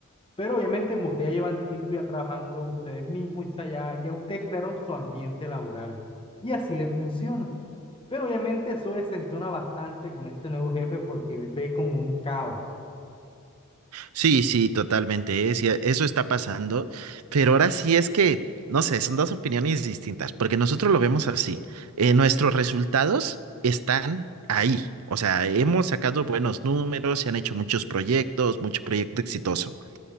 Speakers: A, on the left; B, on the right.
A: Pero obviamente como ustedes ya llevan tiempo ya trabajando ustedes mismos, o sea, ya, ya ustedes crearon su ambiente laboral y así les funciona. Pero obviamente eso desentona bastante con este nuevo jefe porque él ve como un caos.
B: Sí, sí, totalmente, eh, sí, e, eso está pasando, pero ahora sí es que, no sé, son dos opiniones distintas, porque nosotros lo vemos así, eh, nuestros resultados están ahí, o sea, hemos sacado buenos números, se han hecho muchos proyectos, mucho proyecto exitoso,